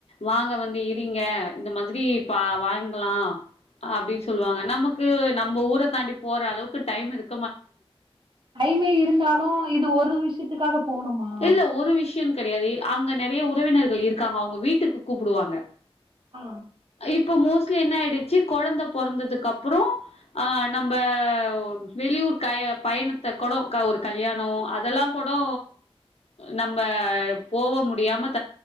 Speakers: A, on the left (about 85°); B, on the right (about 50°).
A: வாங்க வந்து இரிங்க இந்த மாத்ரி பா வாங்கலா அப்டின் சொல்லுவாங்க நமக்கு நம்ம ஊர தாண்டி போறளவுக்கு டைம் இருக்
B: டைமே இருந்தாலூ இது ஒரு விஷ்யத்துகாக போணுமா
A: இல்ல ஒரு விஷயம் கெடையாது அங்க நெறைய உறவினர்கள் இருக்காங்க அவுங்க வீட்டுக்கு கூப்புடுவாங்க
B: ஆ
A: இப்போ மோஸ்ட்லி என்ன ஆய்டுச்சு கொழந்த பொறந்ததுக்கப்றோ ஆ நம்ப வெளியூர் பய் பயணத்த கூட க ஒரு கல்யாணோ அதெல்லாங் கூடோ நம்ப போக முடியாமத்